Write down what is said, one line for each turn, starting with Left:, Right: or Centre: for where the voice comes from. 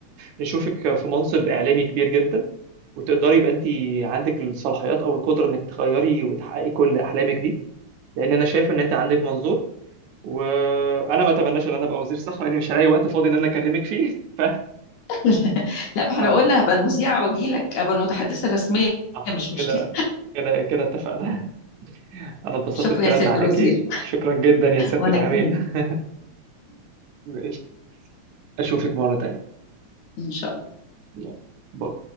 Right: نشوفك في منصب اعلامي كبير جدا وتقدري يبقى انت عندك الصلاحيات او القدره انك تغيري وتحققي كل احلامك دي لان انا شايف ان انت عندك منظور وانا ما اتمناش ان انا ابقى وزير صحه لاني مش هلاقي وقت فاضي ان انا اكلمك فيه <laughs>
Left: <laughs> لا ما احنا
Right: ف
Left: قلنا هبقى المذيعة واجي لك هبقى المتحدثة الرسمية
Right: صح
Left: مش
Right: كده
Left: مشكلة
Right: كده كده اتفقنا <laughs> انا اتبسطت
Left: شكرا
Right: بالكلام
Left: يا سيادة
Right: معاكي
Left: الوزير
Right: شكرا جدا يا سيادة
Left: وانا
Right: الإعلامية
Left: كمان
Right: <laughs> ماشي. اشوفك مرة تانية
Left: ان شاء الله
Right: يلا باي